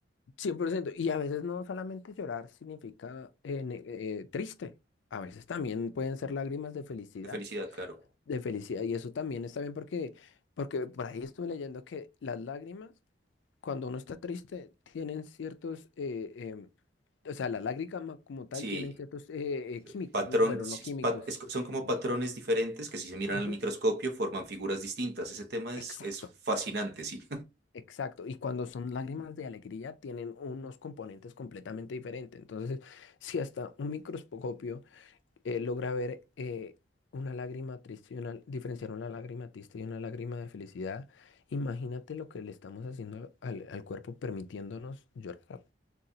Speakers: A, on the left; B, on the right.
A: cien por ciento Y a veces no solamente llorar significa eh, ne- eh, triste, a veces también pueden ser lágrimas de felicidad,
B: De felicidad, claro.
A: de felicidad. Y eso también está bien porque, porque por ahí estuve leyendo que las lágrimas cuando uno está triste, tienen ciertos, eh, em, o sea, la lágrima como tal
B: Sí.
A: tienen ciertos eh, eh, químicos,
B: Patrón,
A: ¿no? bueno,
B: si-
A: no químicos.
B: pa- es- co- son como
A: em,
B: patrones diferentes que si se miran
A: Ujú.
B: al microscopio forman figuras distintas. Ese tema es,
A: Exacto,
B: es fascinante, sí.
A: exacto. Y cuando son lágrimas de alegría, tienen unos componentes completamente diferentes. Entonces, si hasta un microscopio eh, logra ver eh, una lágrima triste y una, diferenciar una lágrima triste y una lágrima de felicidad, imagínate lo que le estamos haciendo al, al cuerpo permitiéndonos llorar.